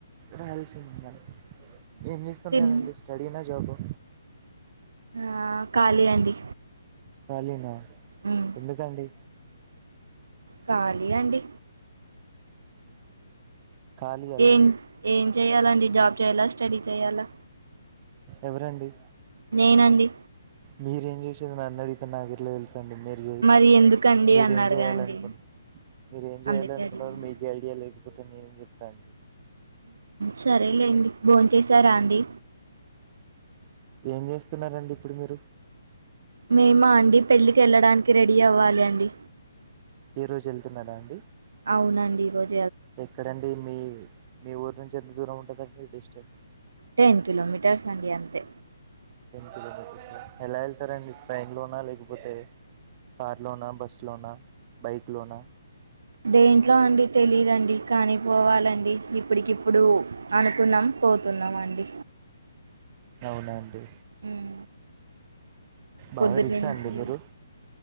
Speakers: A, on the right; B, on the right.
A: రాయలసీమా నా ఏంచేస్తుంటారండి
B: తిన్
A: స్టడీ నా జాబ్ అ
B: ఆ ఖాళీ అండి
A: కళీనా
B: ఉమ్
A: ఎందుకండి
B: ఖాళీ అండి
A: ఖాళీ అల్లా
B: ఏం ఏం చెయాలండి జాబ్ చేయ్యాలా స్టడీ చేయాలా
A: ఎవరండి
B: నేనండి
A: మీరేం చేసేదో నన్ను అడిగితే నాకు ఎట్లా తెలుసండి మీర్
B: మరి ఎందుకండి
A: మీరేం
B: అన్నారుగా
A: చేయ్యాలనుకున్న
B: అండి
A: మీరేమ్ ఏం చేయ్యాలి
B: అందుకే
A: అనుకున్న
B: అడిగాను
A: మీకె ఐడియా లేదు కాకపోతే నేను చెప్తా అండి
B: సరేలేండి బోన్ చేశారా అండీ
A: ఏం చేస్తున్నారండి ఇప్పుడు మీరు
B: మేమ అండి పెళ్ళికి వెళ్ళడానికి రెడీ అవ్వాలి అండి
A: ఈ రోజు ఎళ్తున్నారా అండి
B: అవునండి ఈ రోజు
A: ఎక్కడండి మీ మీ ఊరు నుంచి ఎంత దూరం ఉంటదండి డిస్టెన్స్
B: టెన్ కిలోమీటర్స్ అండి అంతే
A: టెన్ కిలోమీటర్స్ ఎలా ఎళ్తారండి ట్రైన్ లో ఉన్నా లేకపోతే కార్ లోనా బస్సు లోనా బైక్ లోనా
B: దేంట్లో అండి తెలిదండి కాని పోవాలండి ఇప్పడికిప్పు ఇప్పుడు అనుకున్నాం పోతున్నామండి
A: అవున అండి
B: ఉం
A: బాగా
B: పొద్దుటినుంచి
A: రిచ్చా అండి మీరు